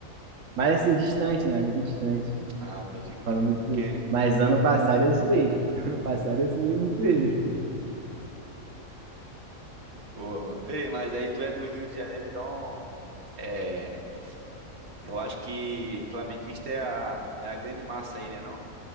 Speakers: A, on the right; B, on the right.
A: Mas assim, distante, né? Amigo distante.
B: Ah, pode crer,
A: Falo muito
B: mano.
A: com
B: Que
A: ele. Mas ano passado eu zoei. <laughs> Ano passado eu zoei muito ele.
B: boa, mano. Ei, mas aí tu é do Rio de Janeiro, então, é, eu acho que flamenguista é a, é a grande massa aí, né, não?